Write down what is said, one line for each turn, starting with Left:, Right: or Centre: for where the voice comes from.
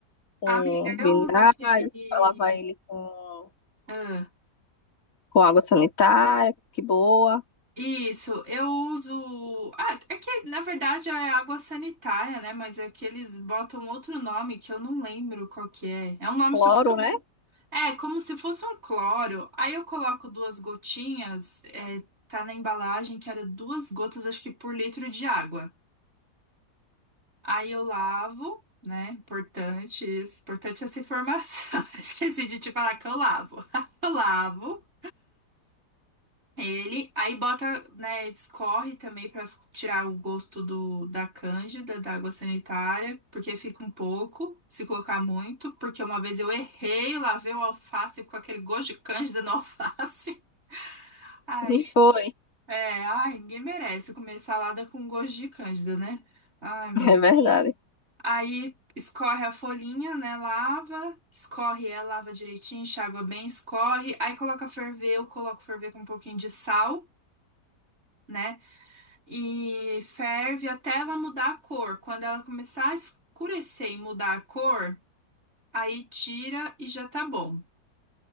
Left: com
Right: Amiga, eu
Left: vinagre,
Right: uso aquele.
Left: você lava ele com,
Right: ah,
Left: com água sanitária, que boa,
Right: Isso, eu uso. Ah, é que na verdade é água sanitária, né? Mas é que eles botam outro nome que eu não lembro qual que é. É um nome
Left: cloro,
Right: super
Left: né?
Right: É, como se fosse um cloro. Aí eu coloco duas gotinhas, é, tá na embalagem que era duas gotas, acho que por litro de água. Aí eu lavo, né? Importante isso. Importante essa informação. <laughs> Esqueci de te falar que eu lavo. <laughs> Eu lavo. Ele, aí bota, né, escorre também pra tirar o gosto do, da cândida, da água sanitária, porque fica um pouco, se colocar muito, porque uma vez eu errei, lavei o alface com aquele gosto de cândida no alface. <laughs> Aí,
Left: E foi,
Right: é, ai, ninguém merece comer salada com gosto de cândida, né? Ai, menina.
Left: <laughs> é verdade.
Right: Aí escorre a folhinha, né? Lava, escorre ela, lava direitinho, enxágua bem, escorre. Aí coloca a ferver, eu coloco ferver com um pouquinho de sal, né? e ferve até ela mudar a cor. Quando ela começar a escurecer e mudar a cor, aí tira e já tá bom.